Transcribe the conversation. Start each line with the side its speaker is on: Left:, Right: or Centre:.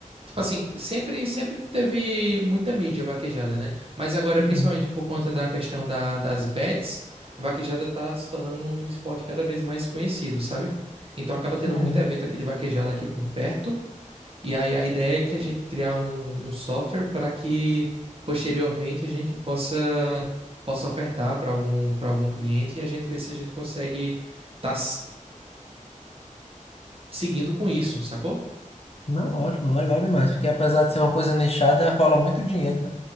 Right: tipo assim, sempre sempre teve muita mídia vaquejada, né? Mas agora,
Left: Uhum,
Right: principalmente por conta da questão da, das bets, a vaquejada tá se tornando um esporte cada vez mais conhecido, sabe? Então acaba tendo
Left: uhum.
Right: muito evento aqui de vaquejada aqui por perto e aí a ideia é que a gente criar um, um software para que posteriormente a gente possa possa ofertar para algum para algum cliente e a gente ver se a gente consegue estar seguindo com isso, sacou?
Left: Não, ótimo, legal demais, porque apesar de ser uma coisa nichada, rola muito dinheiro, né?